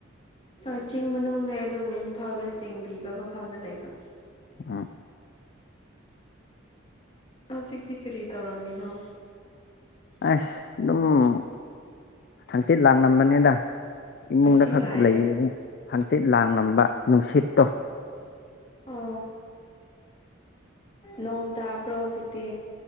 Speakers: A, on the left; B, on the left.
A: ꯍꯣꯏ ꯆꯤꯡ ꯃꯅꯨꯡꯅꯦ ꯑꯗꯨꯕꯨ ꯏꯝꯐꯥꯜ ꯋꯦꯁ ꯆꯤꯡꯕꯤꯕ ꯃꯐꯝꯗ ꯂꯩꯕ
B: ꯎꯝ
A: ꯍꯧꯖꯤꯛꯇꯤ ꯀꯔꯤ ꯇꯧꯔꯝꯃꯤꯅꯣ
B: ꯑꯁ ꯑꯗꯨꯝ ꯊꯥꯡꯆꯤꯠ ꯂꯥꯡꯂꯝꯝꯕꯅꯤꯗ ꯏꯃꯨꯡꯗ
A: ꯍꯪꯆꯤꯛ
B: ꯈꯛ
A: ꯂꯥꯛꯑꯦ
B: ꯂꯩꯌꯦ ꯍꯪꯆꯤꯠ ꯂꯥꯡꯂꯝꯕ ꯅꯨꯡꯁꯤꯠꯇꯣ
A: ꯑꯣ ꯅꯣꯡ ꯇꯥꯕ꯭ꯔꯣ ꯍꯧꯖꯤꯛꯇꯤ